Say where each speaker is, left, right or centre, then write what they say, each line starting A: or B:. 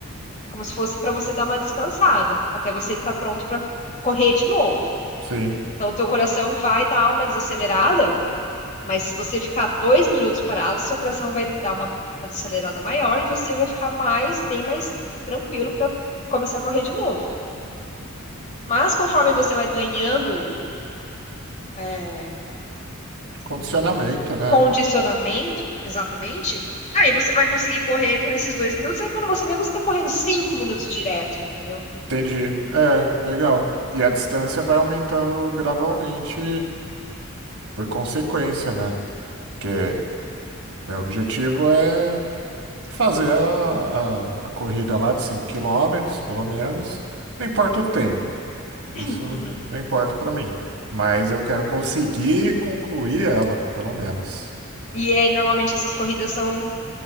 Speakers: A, on the left; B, on the right.
A: como se fosse para você dar uma descansada, até você estar pronto para correr de novo.
B: Sim.
A: Então, o teu coração vai dar uma desacelerada, mas se você ficar dois minutos parado, seu coração vai dar uma, uma desacelerada maior e você vai ficar mais, bem mais tranquilo para começar a correr de novo. Mas conforme você vai ganhando é,
B: Condicionamento,
A: hum,
B: né?
A: condicionamento, exatamente, aí você vai conseguir correr por esses dois minutos. Aí quando você vê, você está correndo cinco minutos direto, entendeu?
B: Entendi. É, legal. E a distância vai aumentando gradualmente por consequência, né? Porque meu objetivo é fazer a, a, a corrida lá de 5 quilômetros pelo menos. Não importa o tempo.
A: <clears throat>
B: Isso
A: Uhum.
B: não importa para mim. Mas eu quero conseguir concluir ela, pelo menos.
A: E aí, normalmente, essas corridas são